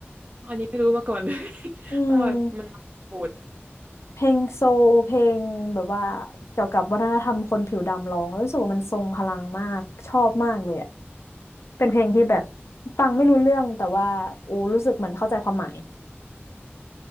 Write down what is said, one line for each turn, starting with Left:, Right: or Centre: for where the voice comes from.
Right: อันนี้ไม่รู้มาก่อนเลย
Left: อืม
Right: <laughs> ว่าแบบมันโหด
Left: เพลงโซลเพลงแบบว่าเกี่ยวกับวัฒนธรรมคนผิวดำร้องแล้วรู้สึกว่ามันทรงพลังมากชอบมากเลยอะเป็นเพลงที่แบบฟังไม่รู้เรื่องแต่ว่าโอ้รู้สึกเหมือนเข้าใจความหมาย